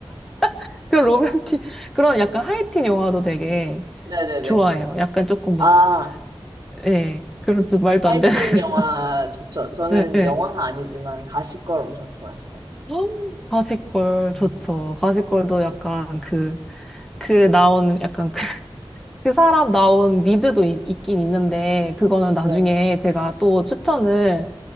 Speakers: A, in the centre; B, on the right.
A: <laughs> 그런 로맨틱, 그런 약간 하이틴 영화도 되게
B: 네네네.
A: 좋아해요. 약간 조금 막,
B: 아,
A: 예, 그런 좀 말도
B: 하이틴
A: 안 되는, <laughs>
B: 영화 좋죠. 저는
A: 예, 예.
B: 영화는 아니지만 가십걸 엄청 좋아했어요.
A: 헉, 가시걸
B: 음,
A: 좋죠. 가시걸도
B: 그쵸,
A: 약간
B: 그쵸.
A: 그, 그 나온, 약간 그, <laughs> 그 사람 나온 미드도 있, 있긴 있는데, 그거는 나중에
B: 네,
A: 제가 또 추천을